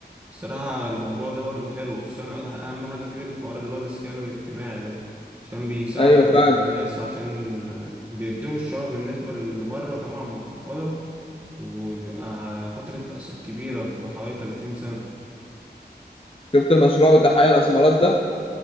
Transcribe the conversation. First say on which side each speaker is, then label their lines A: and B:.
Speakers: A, on the right; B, on the left.
A: الصراحة الموضوع ده برضه حلو خصوصا أهم حاجة فيه الحوار اللي هو الإسكان الاجتماعي ده عشان بيساعدوا
B: ايوه
A: مم.
B: فعلا
A: الناس عشان بيدوهم الشباب بالنسبة للي بره طبعا مخفضة وبيبقى على فترة تقسيط كبيرة بتبقى حوالي 30 سنة
B: شفت المشروع بتاع حي الاسمرات ده